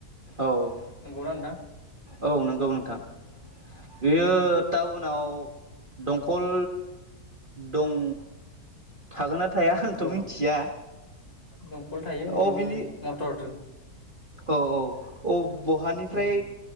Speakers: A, on the right; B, on the left.
A: औ
B: नंगौना नोंथा?
A: औ नंगौ नोंथां। बेयो
B: औ
A: टाउनाव दंखल दं थागोनना थाया आंथ'
B: औ
A: मिथिया,
B: दंखल थायो बिदिनो
A: अ बिनि
B: मटरजों
A: औ औ औ बहानिफ्राय
B: उम